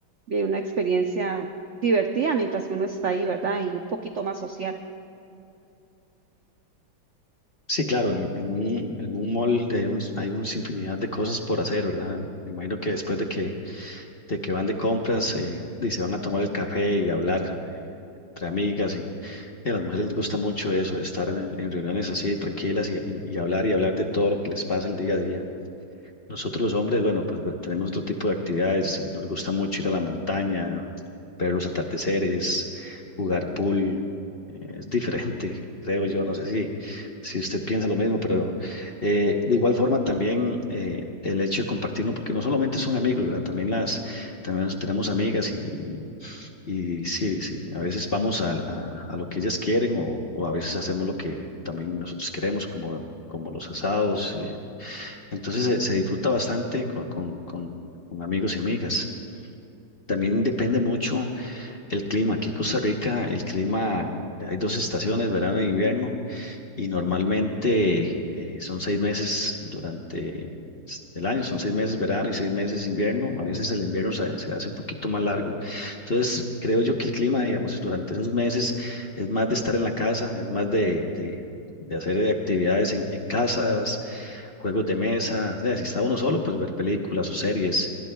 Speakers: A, on the right; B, on the left.
A: de una experiencia divertida mientras que uno está ahí, ¿verdad? Y un poquito más social.
B: Sí, claro, en, en un, en un mall de- hay, un, hay un infinidad de cosas por hacer, ¿verdad? Me imagino que después de que, de que van de compras eh, y se van a tomar el café y hablar eh, entre amigas y, y a las mujeres les gusta mucho eso, estar en, en reuniones así tranquilas y, y y hablar y hablar de todo lo que les pasa el día a día. Nosotros los hombres, bueno, pues bueno, tenemos otro tipo de actividades. eh, Nos gusta mucho ir a la montaña, ver los atardeceres, jugar pool. eh, Es diferente, <laughs> creo yo. No sé si, si usted piensa lo mismo, pero eh, de igual forma también eh, el hecho de compartirlo, porque no solamente son amigos, ¿verdad? También las, también nos- tenemos amigas y, y, y sí, sí, a veces vamos a, a- a lo que ellas quieren o, o a veces hacemos lo que también nosotros queremos, como, como los asados. eh, entonces se, se disfruta bastante con, con- con- con amigos y amigas. También depende mucho el clima. Aquí en Costa Rica, el clima, eh, hay dos estaciones, verano e invierno, y normalmente eh, son seis meses durante s- el año, son seis meses verano y seis meses invierno. A veces el invierno se, se hace un poquito más largo. Entonces, creo yo que el clima, digamos, durante esos meses es más de estar en la casa, es más de, de- de hacer actividades en, en casa, juegos de mesa, o si está uno solo, pues ver películas o series.